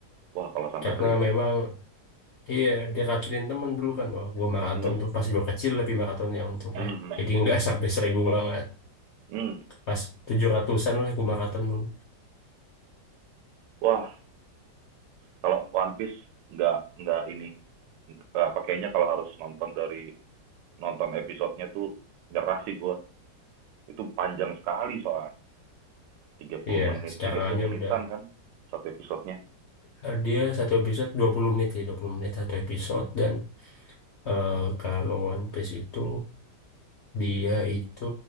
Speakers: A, on the right; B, on the left.
A: Wah, kalau sampai
B: Karena
A: 1000.
B: memang Iya, diracunin temen dulu kan. Wah, gue maraton
A: Mhm,
B: tuh pas gue kecil lebih maraton ya untungnya.
A: mhm,
B: Jadi nggak <laughs> sampai seribu banget.
A: mhm.
B: Pas tujuh ratusan lah gue maraton dulu.
A: Wah, kalau One Piece nggak nggak ini. Apa, kayaknya kalau harus nonton dari nonton episodenya tuh nyerah sih gua. Itu panjang sekali soalnya. tiga puluh
B: Iya,
A: menit,
B: sekarang
A: tiga puluh
B: aja
A: menitan
B: udah.
A: kan satu episodenya.
B: eh, Dia satu episode 20 menit ya, 20 menit satu episode. Dan eh, kalau One Piece itu, dia itu